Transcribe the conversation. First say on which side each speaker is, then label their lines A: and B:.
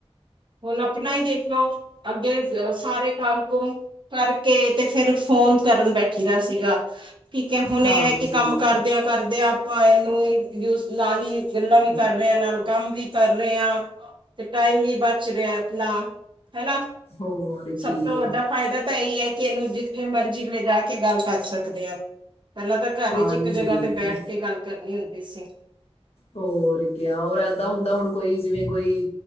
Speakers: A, on the right; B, on the left.
A: ਹੁਣ ਆਪਣਾ ਈ ਦੇਖ ਲੋ ਅੱਗੇ ਸਾਰੇ ਕੰਮ-ਕੁੰਮ ਕਰਕੇ ਤੇ ਫੇਰ ਫੋਨ ਕਰਨ ਬੈਠੀ ਦਾ ਸੀਗਾ। ਠੀਕ ਐ ਹੁਣ
B: ਹਾਂਜੀ
A: ਏਹ ਹੈ ਕਿ ਕੰਮ ਕਰਦਿਆਂ ਕਰਦੇ ਅਪ ਆਪਾਂ ਐਨੂੰ ਯੁਜ਼ ਨਾਲ ਈ ਗੱਲਾਂ ਵੀ ਕਰ ਰੇ ਆਂ ਨਾਲ ਕੰਮ ਵੀ ਕਰ ਰੇ ਆ, ਤੇ ਟਾਈਮ ਵੀ ਬਚ ਬਚ ਰਿਐ ਆਪਣਾ ਹੈਨਾ,
B: ਹੋਰ ਕੀ
A: ਸਭ ਤੋਂ ਵੱਡਾ ਫਾਇਦਾ ਤਾਂ ਐਈ ਐ। ਇਹਨੂੰ ਜਿੱਥੇ ਮਰਜ਼ੀ ਲਿਜਾ ਕੇ ਗੱਲ ਕਰ ਸਕਦੇ ਆਂ। ਪਹਿਲਾਂ ਤਾਂ ਘਰ
B: ਹਾਂਜੀ
A: ਇਚ ਇਕ ਜਗ੍ਹਾ ਤੇ ਬੈਠ ਕੇ ਗੱਲ ਕਰਨੀ ਹੁੰਦ ਪਿਸੀੰਗ
B: ਹੋਰ ਕਿਆ ਹੋਰ ਐਦਾਂ ਹੁੰਦੈ ਹੁਣ ਕੋਈ ਜਿਵੇਂ ਕੋਈ